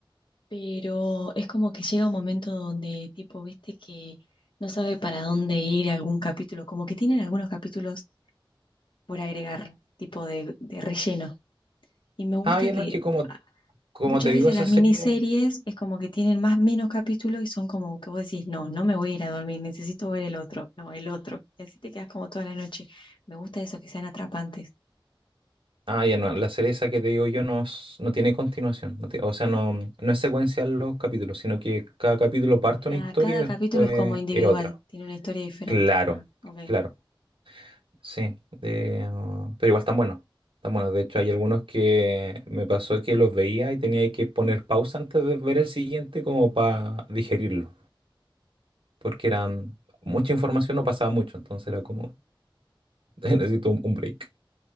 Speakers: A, on the left; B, on the right.
A: pero es como que llega un momento donde tipo, viste que no sabe para dónde ir algún capítulo, como que tienen algunos capítulos por agregar, tipo de, de relleno. Y me gusta
B: Ah, bien,
A: que
B: no es que como Como
A: Muchas
B: te digo,
A: veces
B: esa
A: las
B: serie...
A: miniseries es como que tienen más menos capítulos y son como que vos decís, no, no me voy a ir a dormir, necesito ver el otro, no, el otro. Y así te quedas como toda la noche. Me gusta eso, que sean atrapantes.
B: Ah, ya no, la serie esa que te digo yo no, es- no tiene continuación. no ti- o sea, no, no es secuencial los capítulos, sino que cada capítulo parte
A: Ah,
B: una historia
A: cada
B: y después
A: capítulo es como individual,
B: es otra.
A: tiene una historia diferente.
B: Claro,
A: Ah, ok,
B: claro, sí. de, uh, pero igual están buenos. Están buenos. De hecho, hay algunos que me pasó que los veía y tenía que poner pausa antes de ver el siguiente como para digerirlo. Porque eran mucha información, no pasaba mucho, entonces era como, <laughs> necesito un un break.